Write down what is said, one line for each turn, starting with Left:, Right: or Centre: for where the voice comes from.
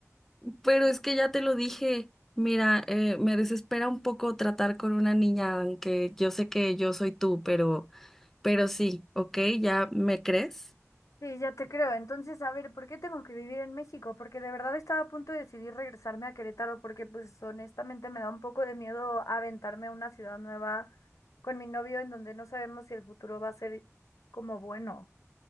Centre: Pero es que ya te lo dije. Mira, eh, me desespera un poco tratar con una niña, aunque yo sé que yo soy tú, pero, pero sí, ¿ok? ¿Ya me crees?
Left: Sí, ya te creo. Entonces, a ver, ¿por qué tengo que vivir en México? Porque de verdad estaba a punto de decidir regresarme a Querétaro porque, pues, honestamente me da un poco de miedo aventarme a una ciudad nueva con mi novio en donde no sabemos si el futuro va a ser como bueno.